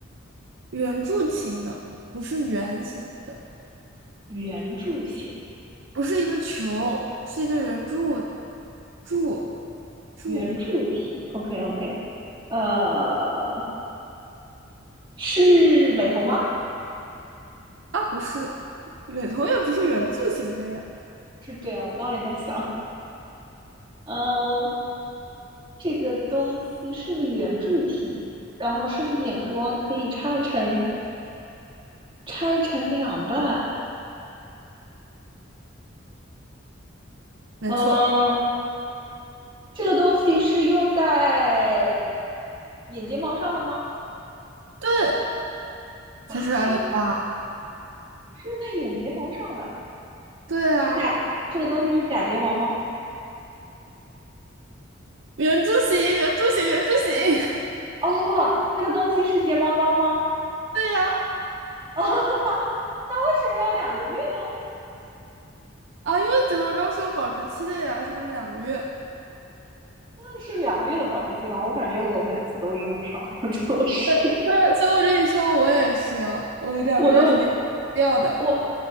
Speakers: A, on the right (about 65°); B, on the right (about 25°).
A: 圆柱形的，不是圆形的，
B: 圆柱形，
A: 不是一个球，是一个圆柱，柱，柱
B: 圆柱体。OK OK。呃，是美瞳吗？
A: 啊，不是，美瞳也不是圆柱形的呀。
B: 是对啊，我刚刚也在想。嗯，这个东西是个圆柱体，然后是个眼妆，可以拆成拆成两半。
A: 没错，
B: 嗯、这个东西是用在眼睫毛上的吗？
A: 对，
B: 啊，
A: 猜出来了吧？
B: 是用在是用在眼睫毛上的，
A: 对啊，
B: 是假，这个东西是假睫毛吗？
A: 圆柱形，圆柱形，圆柱形，<laughs>
B: 哦，这个东西是睫毛膏吗？
A: 对呀。
B: <laughs> 哦，那为什么要两个月呢？
A: 啊，因为睫毛膏是有保质期的呀，是不是两个月？
B: 真的是两个月的保质期吗？我感觉我每次都用上，<laughs> 就是
A: <laughs> 那所以我跟你说，我也是，我两个月肯定掉的，
B: 我都我